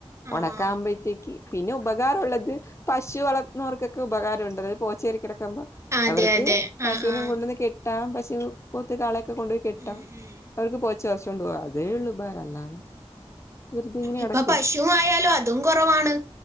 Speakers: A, on the left; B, on the right.
A: ഉണക്കാവുമ്പോഴത്തേക്ക്
B: ആഹ്
A: പിന്നെ ഉപകാരം ഉള്ളത് പശു വളർത്തുന്നവർക്കൊക്കെ ഉപകാരം ഉണ്ടത് പോച്ചേരിക്കിട ക്കുമ്പോ
B: അതെ
A: അവർക്ക്
B: അതെ
A: പശുവിനെ
B: ആഹ് ആഹ്
A: കൊണ്ടെന്ന് കെട്ടാം പശു പോത്ത് കാള ക്കെ കൊണ്ടോയി കെട്ടാം
B: ഉം ഉം
A: അവർക്ക് പോച്ച പറിച് കൊണ്ടോവാ അതേ ഉള്ളു ഉപകാരം അല്ലാതെ വെറുതെ ഇങ്ങനെ
B: ഇപ്പൊ
A: കിടക്കയാ
B: പശുമായാലും അതും കൊറവാണ്